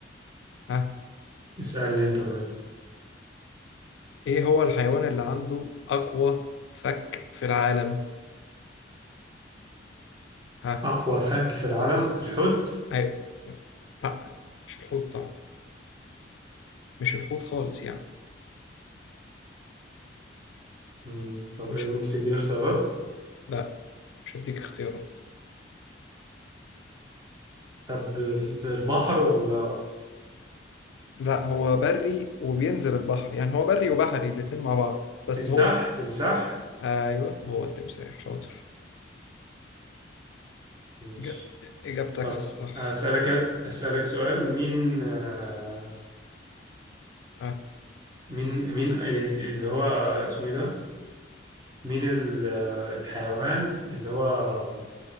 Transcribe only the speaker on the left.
ها
إيه هو الحيوان اللي عنده أقوى فك في العالم ها
أيوة. لا مش الحوت طبعا مش الحوت خالص يعني
مش
لا مش هديك اختيارات
لا هو بري وبينزل البحر يعني هو بري وبحري الاتنين مع بعض بس
هو
ايوه هو التمساح شاطر
إجا- اجابتك
في الصح
اه